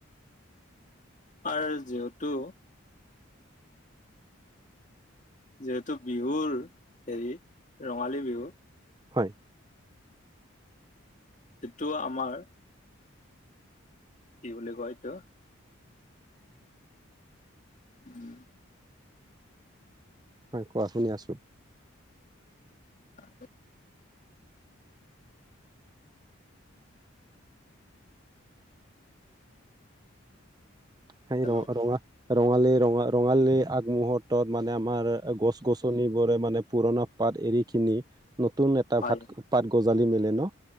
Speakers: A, on the left; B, on the right.
A: আৰু যিহেতু, যিহেতু বিহুৰ হেৰি ৰঙালী বিহু,
B: হয়!
A: সিটো আমাৰ, কি বুলি কয় এইটো? উম!
B: হয় কোৱা, শুনি আছোঁ!
A: আহ <unintelligible>
B: সেই
A: হেল্ল'
B: ৰ ৰঙা, ৰঙালীৰ ৰঙা ৰঙালী আগমুহুৰ্তত মানে আমাৰ গছ গছনিবোৰে মানে পুৰণা, পাত এৰি কিনি, নতুন এটা
A: হয়
B: ভাত পাত গজালি মেলে ন